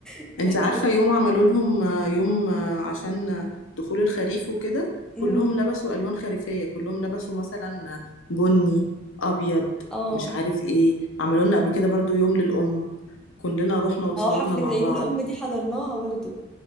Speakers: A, in the centre; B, on the left.
A: <laughs>
B: انت عارفة يوم عملوا لهم آه، يوم آه، عشان آه، دخول الخريف وكده كلهم
A: امم
B: لبسوا ألوان خريفية كلهم لبسوا مثلا بني أبيض
A: اه
B: مش عارف ايه عملوا لنا قبل كده برضو يوم للأم كلنا رحنا وتصورنا
A: اه حفلة
B: مع
A: عيد
B: بعض
A: الأم دي حضرناها برضو